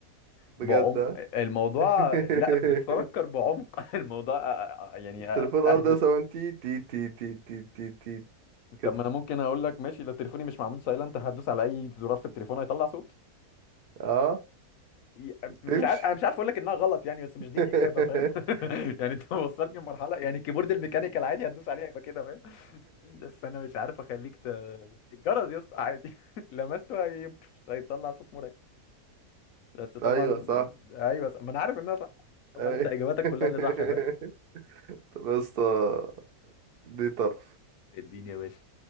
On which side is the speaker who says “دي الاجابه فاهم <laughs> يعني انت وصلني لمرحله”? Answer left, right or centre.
Left